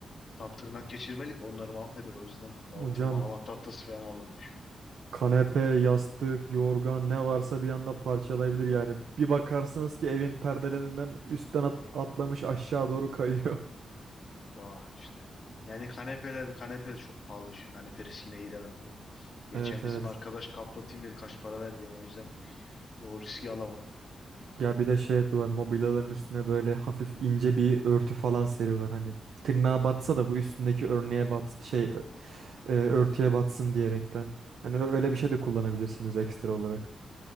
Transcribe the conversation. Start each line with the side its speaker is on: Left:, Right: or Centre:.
Left: tam tırnak geçirmelik onları mahveder o yüzden o
Right: Hocam
Left: tırmalama tahtası falan alırım ya.
Right: Kanepe, yastık, yorgan ne varsa bir anda parçalayabilir yani. Bir bakarsınız ki evin perdelerinden üstten at- atlamış aşağı doğru kayıyor. <laughs>
Left: <laughs> Vah işte. Yani kanepeler kanepe çok pahalı bir şey. Kanepe riskine giremem. Bu- Geçen
Right: Evet evet.
Left: bizim arkadaş kaplatayım dedi kaç para verdi yani o yüzden o riski alamam.
Right: Ya bir de şey yapıyorlar mobilyaların üstüne böyle hafif ince bir örtü falan seriyorlar. Hani tırnağa batsa da bu üstündeki örneğe bat şey ö- e, örtüye batsın diyerekten. Hani ö- öyle bir şey de kullanabilirsiniz ekstra olarak.